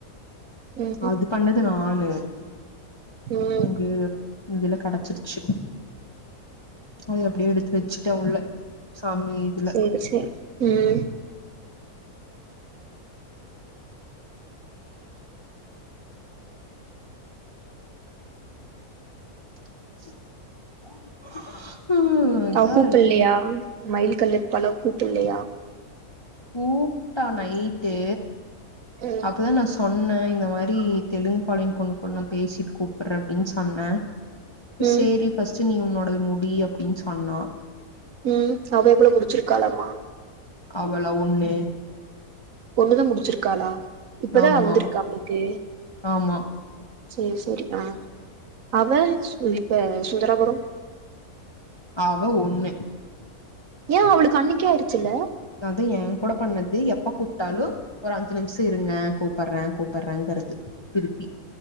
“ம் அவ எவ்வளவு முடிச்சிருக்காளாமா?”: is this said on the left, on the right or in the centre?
Right